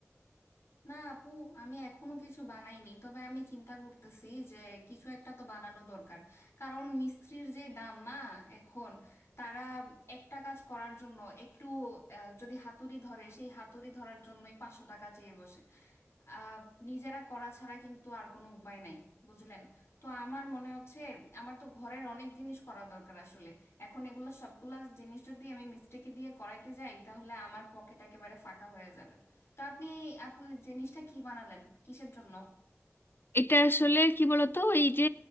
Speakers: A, on the left (about 65°); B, on the left (about 50°).
A: না আপু আমি এখনো কিছু বানাইনি তবে আমি চিন্তা করতেছি যে কিছু একটা তো বানানো দরকার কারণ মিস্ত্রির যে দাম না এখন তারা একটা কাজ করার জন্য একটু আহ, যদি হাতুড়ি ধরে সেই হাতুড়ি ধরার জন্যই পাঁচশো টাকা চেয়ে বসে আহ, নিজেরা করা ছাড়া কিন্তু আর কোনো উপায় নাই বুঝলেন তো আমার মনে হচ্ছে আমার তো ঘরের অনেক জিনিস করা দরকার আসলে এখন এগুলো সবগুলা জিনিস যদি আমি মিস্ত্রিকে দিয়ে করাইতে যাই তাহলে আমার পকেট একেবারে ফাঁকা হয়ে যাবে তো আপনি এই আপু এই জিনিসটা কি বানালেন কিসের জন্য
B: এটা আসলে কি বলতো এই যে